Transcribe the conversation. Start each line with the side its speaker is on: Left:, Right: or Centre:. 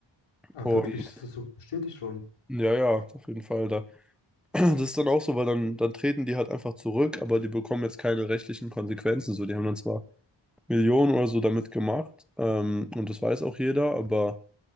Left: Ah,
Centre: Und
Left: wirklich, ist das so bestätigt worden?
Centre: ja, ja, auf jeden Fall da. <clears throat> Das ist dann auch so, weil dann, dann treten die halt einfach zurück, aber die bekommen jetzt keine rechtlichen Konsequenzen. So, die haben dann zwar Millionen oder so damit gemacht, ähm, und das weiß auch jeder, aber